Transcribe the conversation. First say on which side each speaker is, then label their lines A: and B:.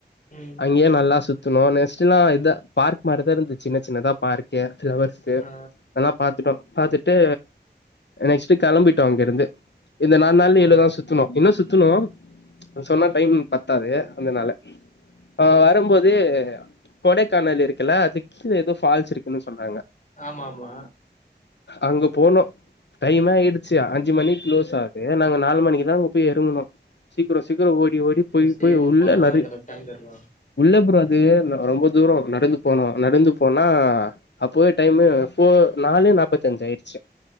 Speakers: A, on the left; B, on the left.
A: ம்
B: அங்கயு நல்லா சுத் துனோ நெக்ஸ்ட்னா இத பார்க் மாரிதா இருந்துச் சின்ன சின்னதா பார்க்கு ப்ளவர்ஸு
A: ஆ
B: எல்லா பாத்துட்டோ பாத்துட்டு நெக்ஸ்ட் களம்பிட்டோ அங்க இருந்து இந்த நாலு நாள்
A: ஓ
B: இவ்ளோதா சுத்துனோ, இன்னு சுத்துனோ சொன்னா டைம் பத்தாது அந்தனால ஆ வரும்போது கொடைக்கானல் இருக்குல்ல அது ஸ்ல ஏதோ ஃபால்ஸ் இருக்குணு சொல்றாங்க,
A: ஆமா ஆமா
B: அங்க போனோ டைம்மே ஆயிடுச்சி அஞ் சு மணிக்கு க்ளோஸ் ஆகுது நாங்க நாலு மணிக்குதா அங்க போய் எறங்குனோ சீக்கிரோ சீக்கிரோ ஓடி ஓடி
A: கொஞ்சோ
B: போய்
A: சீக்கிரமா
B: போய் உள்ள
A: போனாதா
B: நறைய
A: கரெக்ட் டைம் இருக்கும்
B: அதுவே ந ரொம்ப தூரம் நடந்து போனோ, நடந்து போனா அப்போவே டைமு ஃபோர் நாலு நாப்பத்தஞ்சு ஆயிடுச்சு